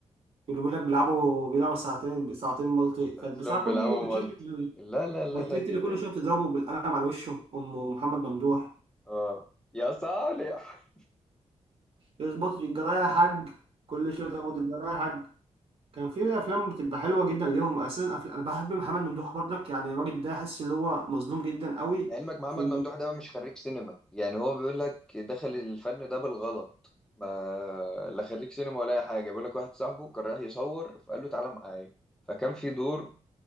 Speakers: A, on the right; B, in the centre.
A: اللي بيقول لك بيلعبوا بيلعبوا ساعتين ساعتين مالتي كان
B: افلام
A: بصراحه
B: بيلعبوا
A: كل المشاكل-
B: مالتي لا لا لا
A: والتيت
B: لا لا.
A: اللي كل شويه بتضربه بالقلم على وشه ام محمد ممدوح
B: اه يا صالح
A: يخبط الجرايه يا حاج كل شويه بيخبط الجرايه يا حاج كان في افلام بتبقى حلوه جدا ليهم اساسا أفل- انا بحب محمد ممدوح برضك يعني الراجل ده حاسس ان هو مظلوم جدا قوي
B: لعلمك محمد
A: في
B: ممدوح ده مش خريج سينما يعني هو بيقول لك دخل الفن ده بالغلط ما لا خريج سينما ولا اي حاجه بيقول لك واحد صاحبه كان رايح يصور فقال له تعالى معايا فكان في دور